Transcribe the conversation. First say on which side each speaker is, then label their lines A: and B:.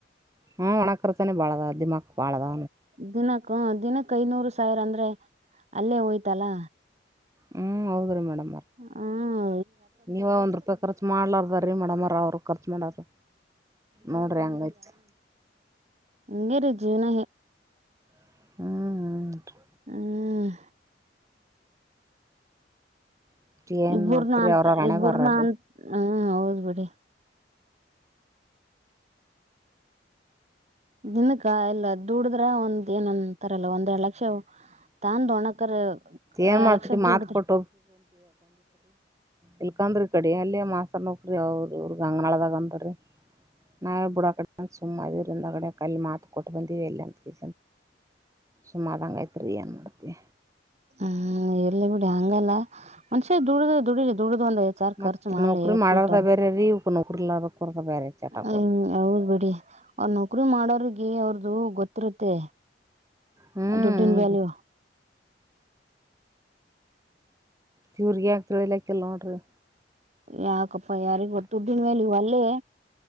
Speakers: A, on the right; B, on the right.
A: ಹ್ಮ್ ಒಣಕರ್ತಾನನೆ ಬಾಳದ ದಿಮಾಕ್ ಬಾಳದ
B: ದಿನಕ್ಕ ದಿನಕ್ ಐನೂರು ಸಾವಿರ ಅಂದ್ರೆ ಅಲ್ಲೇ ಹೋಯ್ತಲ್ಲ
A: ಹ್ಮ್ ಹೌದ್ರೀ ಮೇಡಮ್
B: ಹಾ
A: ನೀವ ಒಂದ್ ರೂಪಾಯಿ ಖರ್ಚು ಮಾಡ್ಲಾರ್ದ್ರೀ ಮೇಡಮ್ರ ಅವರು ಖರ್ಚು ಮಾಡರು ನೋಡ್ರಿ ಹಂಗೈ್ತು
B: ಹಂಗಗೆರಿೀ ಜೀವ್ನ
A: ಹ್ಮ್್ಮ
B: ಹ್ಮ
A: ಹ್ಞೂ ಏನು
B: ಇಬ್ರನ
A: ಮಾಡ್ತೀರಿ
B: ಅಂತ
A: ಅವ್ರವ್ರ ಹಣೆ
B: ಇಬ್ಬ್ರನ
A: ಬರ್ರ
B: ಅ
A: ರೀ
B: ಹ್ಮ ಹೌದ್ ಬಿಡಿ ದಿನಕ ಎಲ್ಲ ದುಡದ್ರ ಒಂದ್ ಏನಂತಾರಲ್ಲ ಒಂದೆರಡ್ ಲಕ್ಷ ತಾ ದೋಣಕರ್
A: ಏನ್ ಮಾಡ್ತ್ರಿ
B: ಎಳಕ್ಷದ್ದಡದ್ರ
A: ಮಾತ್ ಕೊಟ್ಟ ಇಲ್ಕಂದರಿ ಕಡೆ ಅಲ್ಲಿೇ ಮಾಸ್ತರ್ ನೋಕ್ರಿ ಅವ ಇ್ರಗ್ ಅಂಗ್ನಾಳದಾಗ ಅಂತರಿ ನಾವೇ ಬುಡೋ ಕಡೆ ಸುಮ್ಮ್ ಇ ಅಡೆ ಕಲ್ಲಿ ಮಾತ ಕೊಟ್ಟಬಂದ ಅಂತ ಕೆ ಸುಮಧಂಗ ಐತ್ ರೀ ಅ ಮಾಡ
B: ಹ್ಮ ಎಲ್ಲಿ ಬಿಡಿ ಹಂಗಲ್ಲ ಮನ್ಷ್ಯೆ ದುಡ್ದ ದುಡಿಲಿ ದುಡ್ದ ಒಂದ ಐದ್ ಸಾರ್
A: ಮತ್ತ
B: ಖರ್ಚು ಮಾಡ್ಲಿ
A: ನೌಕರಿ
B: ಎಟ್ಬಿಟ್ಟಾರ
A: ಮಾಡೋದ ಬೇರೆ ರೀ ಇವಕ್ ನೌಕರಿ ಇರ್ಲಾರ್ದಕ್ಕರ್ದ ಬೇರೆ ಚಟಗಳು
B: ಹ್ಮ್ ಹೌದ್ ಬಿಡಿ ಅವ್ರ ನೌಕರಿ ಮಾಡೋರ್ಿಗೆ ಅವ್ರ ಅದು ಗೊತ್ತಿರುತ್ತೆ
A: ಹ್ಮ್
B: ದುಡ್ಡಿನ ವ್ಯಾಲ್ಯೂ
A: ಹದು ಕವರ್ಗಿ ಆಗ್ತಳ ಇಲ್ಲಾಕಲ್ ನೋಡ್ರಿ
B: ಯಾಾಗಪ್ಪ ಅಪ್ಪ ಯಾರಿಗ ದುಡ್ಡಿನ ಮೇಲೆ ಇವ ಅಲ್ಲೇ